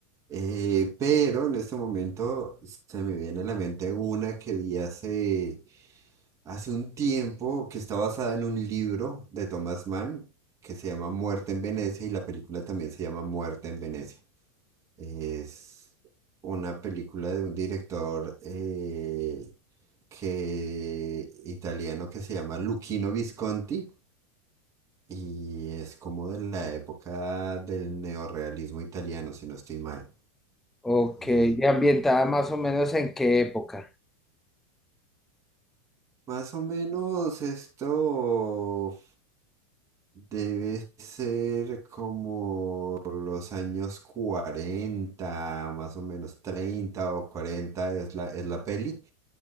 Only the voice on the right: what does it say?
eh, pero en este momento se me viene a la mente una que vi hace, hace un tiempo que está basada en un libro de Thomas Mann que se llama Muerte en Venecia y la película también se llama Muerte en Venecia. Es una película de un director eh, que, italiano que se llama Luchino Visconti y es como de la época del neorrealismo italiano, si no estoy mal.
Eh,
más o menos esto debe ser como los años cuarenta más o menos 30 o 40 es la, es la peli.